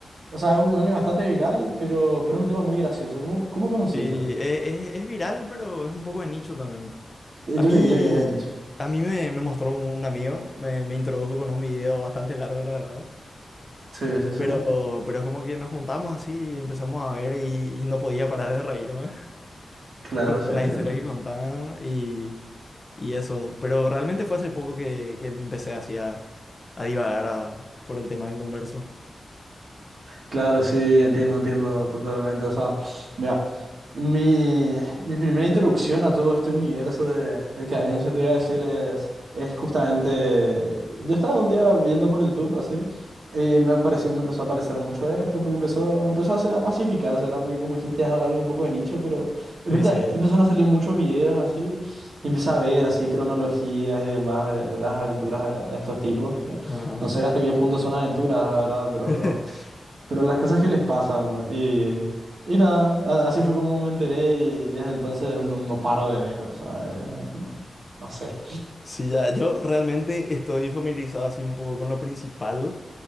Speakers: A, on the right; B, on the left.
A: o sea, es un meme bastante viral, pero, pero es un tema muy gracioso. ¿Cómo, cómo conociste?
B: Sí, eh, es, es viral, pero es un poco de nicho también.
A: Eh,
B: A
A: Yo
B: mí,
A: que diría que es de nicho.
B: a mí me, me mostró un, un amigo, me, me introdujo con un video bastante largo, la verdad.
A: Sí, sí, sí.
B: Pero, pero es como que nos juntamos así, y empezamos a ver y, y no podía parar de reírme <laughs>
A: Claro,
B: con,
A: sí,
B: con
A: entiendo.
B: las historias que contaban y Y eso, pero realmente fue hace poco que, que empecé así a, a divagar a- por el tema del Don Verso.
A: Claro, sí, entiendo, entiendo totalmente. O sea, mira, mi, mi primera introducción a todo este universo de, de cadencia, te iba a decir, es, es justamente. Yo estaba un día viendo por YouTube así, y me apareció, me empezó a aparecer mucho esto, porque empezó, empezó a, se- a masificarse, ¿verdad? Porque como dijiste, es algo un poco de nicho, pero de
B: Sí,
A: repente
B: sí.
A: empezaron a salir muchos videos así, y empecé a ver así cronologías y demás de, de las aventuras de, de estos tipos. que
B: Ajá.
A: No sé hasta qué punto son aventuras, ¿verdad? Pero,
B: <laughs>
A: pero. Pero las cosas que les pasan. Y, y nada, a- así fue como me enteré y desde entonces no, no paro de ver, o sea, eh, no, no sé.
B: Sí, ya, yo realmente estoy familiarizado así un poco con lo principal,